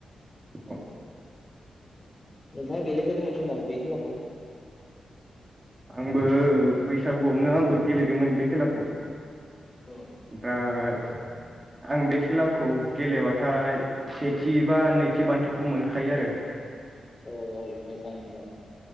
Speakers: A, on the right; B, on the left.
A: अ
B: नोंथाङा गेलेफेरनो मोन्दों ना मोनाखै बे खेलाखौ
A: आंबो बैसागुआवनो आंबो गेलेदोंमोन बे खेलाखौ।
B: औ
A: ओमफ्राय आं बे खेलाखौ गेलेबाथाय सेथि बा नैथि बान्थाखौ मोनखायो आरो
B: औ औ मोजां ओमबा